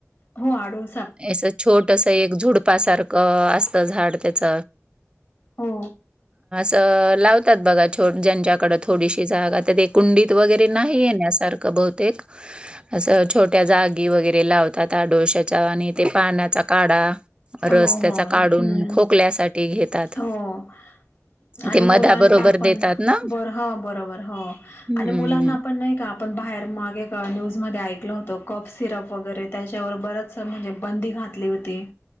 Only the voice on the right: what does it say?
असं छोटं एक झुडपासारखं असत झाड त्याच
तर लावतात बघा छो- ज्यांच्याकड थोडीशी जागा तर ते कुंडीत वगैरे नाही येण्यासारखं बहुतेक असं छोट्या जागी वगैरे लावतात अडुळश्या आणि ते पाण्याचा काढा
रस त्याचा
काढून खोकल्यासाठी घेतात
ते मधाबरोबर
देतात ना
हम्म